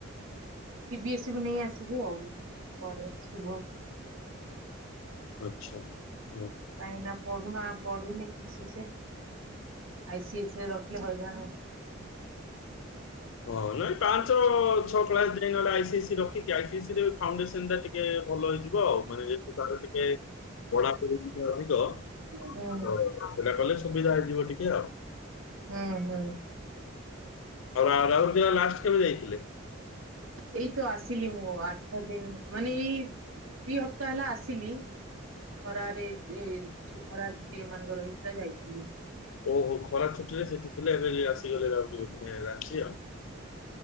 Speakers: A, on the right; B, on the left.
A: ସିବି ଏସ୍ ସ କୁ ନେଇ ଆସିବୁ ଆଉ ପରେ ଶୁଭକୁ
B: ଆଚ୍ଛା ହୁଁ ହୁଁ।
A: କ ଏ ନା ପଢୁ ନା ପଢୁ ନାଇଁ ଠିକ ସେ ସେ ଆଇ ସ ଆଇ ସରେ ରଖିଲେ ହଇରାଣ
B: ହ ନାଇଁ ପାଞ୍ଚ ଛଅ କ୍ସ ଯାଇ ନହଲେ ଆଇ ସ ରଖିକି ଆଇ ସ ଫାଉଣ୍ଡେସନ ଟା ଟିକେ ଭଲ ହେଇଯିବ ଆଉ ମାନେ ଯେହେତୁ ତାର ଟିକେ ପଢା ପଢି ଅଧିକ ଓ
A: ହୁଁ
B: ସେନା କହିଲେ ସୁବିଧା ହେଇଯିବ ଟିକେ ଆଉ
A: ହୁଁ ହୁଁ
B: ଆଉଉ ରାଉର ଦିନ ଲାଷ୍ଟ କେବେ ଯାଇଥିଲେ
A: ଏଇତ ଆସିଲି ମୁଁ ଆଠ ଦିନ ମାନେ ଏଇ ଦି ହପ୍ତା ହେଲା ଆସିଲି ଖରାରେ ସେ ଖରା ଟି ଏ ମାନଙ୍କ ରହିଥିଲା ଯାଇଥିଲି
B: ଓହୋ ଖରା ଛୁଟି ରେ ସେଠି ଥିଲେ ଏବେ ଆସିଗଲେ ମାନେ ରାଛି ଆଉ